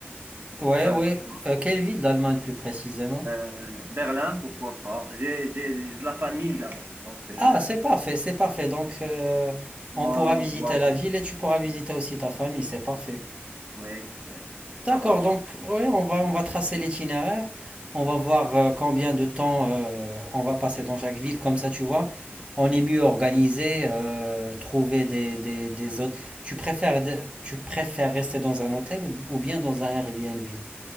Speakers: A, on the right (about 30°); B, on the right (about 55°).
A: Ouais,
B: Francfort,
A: ouais. Euh, quelle ville d'Allemagne plus précisément?
B: euh, Berlin, pourquoi pas. J'ai, j'ai j'ai de la famille là-bas, donc euh,
A: Ah, c'est parfait, c'est parfait. Donc, euh,
B: moi,
A: on pourra
B: non,
A: visiter
B: doit.
A: la ville et tu pourras visiter aussi ta famille, c'est parfait.
B: Oui, oui,
A: D'accord,
B: ça marche.
A: donc, ouais, on va, on va tracer l'itinéraire. On va voir euh, combien de temps euh, on va passer dans chaque ville. Comme ça, tu vois, on est mieux organisé. euh, trouver des, des, des hôtes. Tu préfères, de- tu préfères rester dans un hôtel ou, ou bien dans un Airbnb?